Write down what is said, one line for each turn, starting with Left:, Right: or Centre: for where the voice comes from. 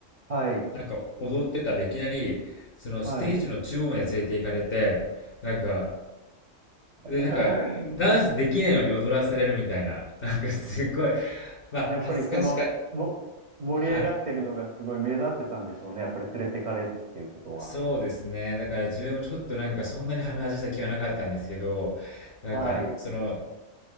Right: はい。
Left: なんか踊ってたらいきなり、そのステージの中央まで連れて行かれて、
Right: はい。
Left: なんか、で、
Right: <laughs>
Left: なんか、ダンスできないように踊らされるみたいな、なんかすごい、まあ、
Right: やっぱりその、
Left: 恥ずかしかっ
Right: も、盛り上がってるのがすごい目立ってたんでしょうね。
Left: た。
Right: やっぱり連れてかれるっていうことは。
Left: そうですね。だから自分もちょっとなんかそんなにはめ外した気はなかったんですけど、なんかその
Right: はい。